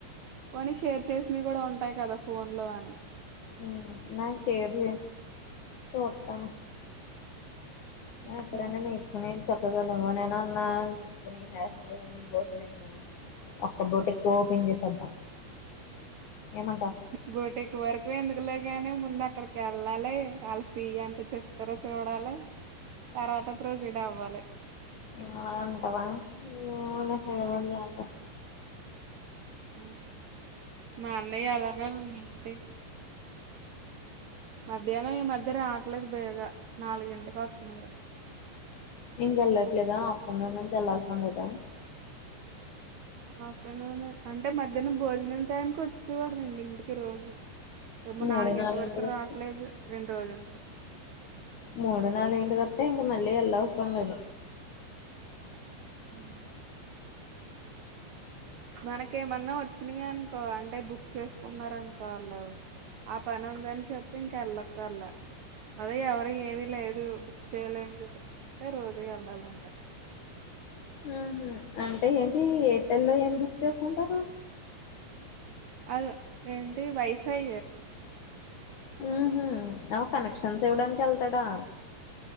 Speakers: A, on the right; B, on the left.
A: పోని షేర్ చేసినవి కూడా ఉంటాయ్ కదా ఫోన్ లో అని
B: మ్మ్ నాక్ షేర్ చేయ్ చూ త్తను ఎక్కడైన్నా
A: చేస్తా
B: నేర్చుకునే చెప్ <unintelligible> నువ్వు నేనన్నా నేర్చుకుని ఫ్యాషన్ డిజైనింగ్ కోర్స్ నేర్చుకుని ఒక్క బొటిక్ ఓపెన్ చేసేద్దాం. ఏమంటావ్
A: బోటిక్ వరకు ఎందుకులే గానే ముందు అక్కడి కెళ్ళాలె వాళ్ళ ఫీ ఎంత చెప్తారో చూడాలె తర్వాత ప్రొసీడ్ అవ్వాలె.
B: అలా అంటవా ఏమో లే ఏదోకటి చేద్దాం
A: మ్మ్ మా అన్నయ్య అలాగా ఏ మధ్యాహ్నం ఈ మధ్యర ఆ ట్లేదు బేగా నాలుగింటికి వత్తున్నాడు
B: ఇంగ్ వెళ్లట్లేదా ఆప్టర్నూన్ నుంచి వెళ్లాల్సినం లేదా
A: ఆఫ్టర్నూన్ అంటే మధ్యాహ్నం భోజనం టైంకిి వచ్చేవాడుండి ఇంటికి రోజు ఏమో
B: మూడు
A: నాలుగింటి
B: నాలుగింటికి
A: వరకు
B: వచ్చి
A: రావట్లేదు రెండు రోజులు
B: మూడు నాలు వంట క అే ఎక మళ్ళ ఎల్ వుస్తంగా
A: మ్ మనకేమన్నా వచ్చినాయా అనుకో, అంటే బుక్ చేసుకున్నార అనుకో అళ్లా ఆ పని ఉందని చెప్ ఇంక వెళ్ళక్కర్లే అదే ఎవరి ఏమి లేదు, బక్ చేయలేదు అంటే రోజు వెళ్ళాలంట
B: ఆహ అంటే ఏంటి ఏటెల్లో ఏం బుక్ చేసుకుంటారు
A: అద ఏంటి వైఫై
B: ఉ హ అ కనెక్షన్స్ ఎవడానికి వెళ్తాడా